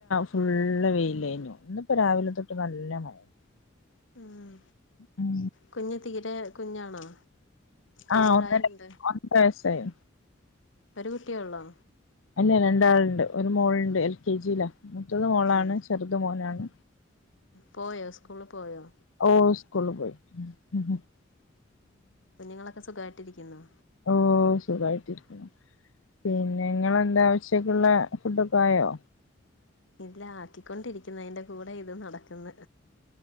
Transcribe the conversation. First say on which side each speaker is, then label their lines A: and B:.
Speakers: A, on the left; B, on the left.
A: ഫുള് വെയിലെനി ഇന്നിപ്പ രാവിലെ തൊട്ട് നല്ല മഴ
B: ഉം
A: ഉം
B: കുഞ്ഞ് തീരെ കുഞ്ഞാണോ എന്ത്
A: ആഹ്
B: പ്രായമുണ്ട്
A: ഒന്നര ഒന്ന് വയസ്സായി
B: ഒരു കുട്ടിയേള്ളോ
A: അന്നെ രണ്ടാള്ണ്ട് ഒരു മോൾണ്ട് എൽ കെ ജില മുത്തത് മോളാണ്
B: ആഹ്
A: ചെറുത് മോനാണ്.
B: പോയോ. സ്കൂള് പോയോ?
A: ഓഹ് സ്കൂള് പോയി. ഉം
B: കുഞ്ഞുങ്ങളൊക്കെ സുഖായിട്ടിരിക്കുന്നൊ.
A: ഓഹ് സുഖായിട്ടിരിക്കണ് പിന്നെ നിങ്ങളെന്താ ഉച്ചക്കുള്ള ഫുഡൊക്കെ ആയോ.
B: ഇല്ല ആക്കിക്കൊണ്ടിരിക്കുന്ന് അയിന്റെ കൂടെ ഇതും നടക്കുന്നു